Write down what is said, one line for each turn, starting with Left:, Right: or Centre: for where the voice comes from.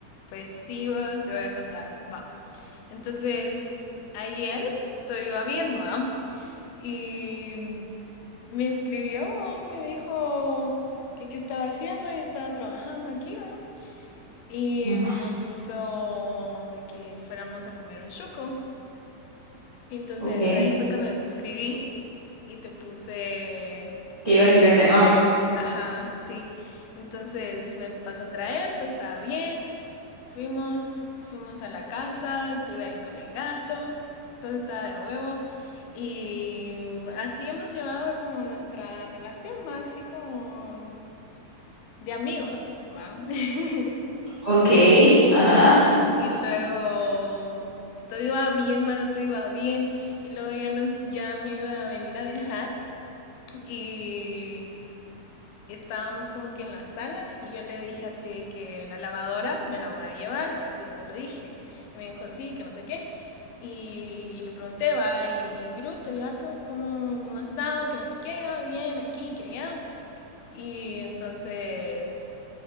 Left: Pues sí, vos te voy a contar, va. Entonces, ayer todo iba bien, va. Y me escribió, va, me dijo que qué estaba haciendo, yo estaba trabajando aquí, va. Y
Right: Ujú,
Left: me puso de que fuéramos a comer un chuco Y Entonces
Right: Ok, ¿qué
Left: ahí fue cuando yo te escribí y te puse,
Right: iba a decir ese amor?
Left: ajá, sí. Entonces me pasó a traer, todo estaba bien. Fuimos, fuimos a la casa, estuve ahí con el gato, todo estaba de a huevo y así hemos llevado como nuestra relación, más así como de amigos, ¿va? <laughs>
Right: Ok, ajá.
Left: Ajá. Y luego todo iba bien, mano, todo iba bien. Y luego ya nos, ya me iba a venir a dejar. Y estábamos como que en la sala y yo le dije así de que la lavadora me la voy a llevar, va, eso ya te lo dije. Y me dijo, sí, que no sé qué. Y, y le pregunté, va, y, y Groot, el gato, ¿cómo, ¿cómo ha estado? Que no sé qué, ah, bien, aquí, que allá. Y entonces,